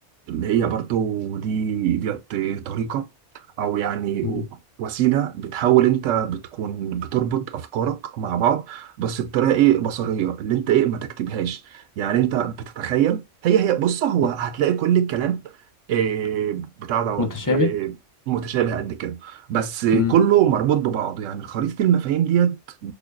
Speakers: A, on the right; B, on the left.
A: اللي هي برضو دي ديت طريقة أو يعني
B: مم.
A: وسيلة بتحاول أنت بتكون بتربط أفكارك مع بعض بس بطريقة إيه بصرية اللي أنت إيه ما تكتبهاش يعني أنت بتتخيل هي هي بص هو
B: مم.
A: هتلاقي كل الكلام إيه بتاع دوت
B: متشابه
A: إيه متشابه قد كده بس
B: مم.
A: كله مربوط ببعضه يعني خريطة المفاهيم ديت